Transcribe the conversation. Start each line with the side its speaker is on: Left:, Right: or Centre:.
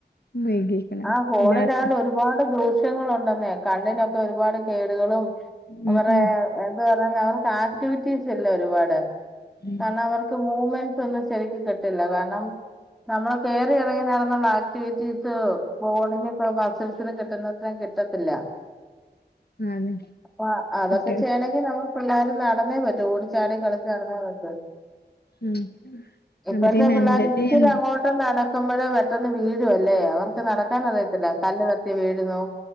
Left: വൈകിക്കണത്
Centre: ആ ഫോണിലാണ്ട്
Left: എല്ലാർക്കും
Centre: ഒരുപാട് ദോഷ ങ്ങളുണ്ടെന്നേ കണ്ണിനൊക്കെ ഒരുപാട് കേ <unintelligible>
Left: ഉം ഉം
Centre: തന്നെ അവർക്ക് ആക്ടിവിറ്റീസ് ഇല്ലേ ഒരുപാട്
Left: ഉം.
Centre: കാരണം അവർക്ക് മൂവ്മെന്റ് തൊന്നും ശരിക്ക് കിട്ടില്ല കാരണം നമ്മൾ കേറി ഇറങ്ങി നടന്നൊള്ള ആ അക്റ്റിവിറ്റീസ് ബോളിലെ പ്രവാസ് റിസൾട്ടിന് കിട്ടുന്നത്രം കിട്ട കിട്ടത്തില്ല
Left: ആണ്
Centre: അപ്പൊ അതൊക്കെ
Left: കുട്ടികൾ
Centre: ചെയണെങ്കിൽ നമ്മ പിള്ളരു നടന്ന് ന്നേപറ്റൂ ഓടിച്ചാടി കളിച്ചു നടന്നെ പറ്റു
Left: ഉം
Centre: ഇപ്പഴത്തെ
Left: അവര് മെന്റലി
Centre: പിള്ളേർ ഇച്ചിരി
Left: ഉം
Centre: അങ്ങോട്ട് നടക്കുമ്പോഴേ പെട്ടെന്ന് വീഴുവല്ലേ അവർ നടക്കാതറിയത്തില്ല കല്ല് തട്ടി വീഴുന്നു